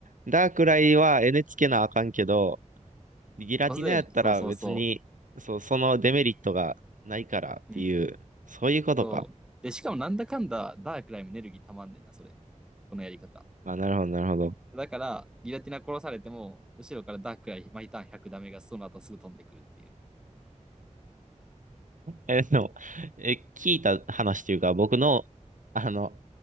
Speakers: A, on the right (about 80°); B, in the centre.
A: ダークライはエネつけなあかんけど、ギラティナやったら別に、
B: それで、そうそうそ
A: そう、そのデメリットがないからっていう、
B: う。うん。
A: そういうことか。
B: そう。で、しかもなんだかんだ、ダークライもエネルギー溜まんねんな、それ。このやり方。
A: あ、なるほど、なるほど。
B: だから、ギラティナ殺されても、後ろからダークライ、毎ターン100ダメがその後すぐ飛んでくるっていう。
A: え、でも、え、聞いた話というか、僕の、あの、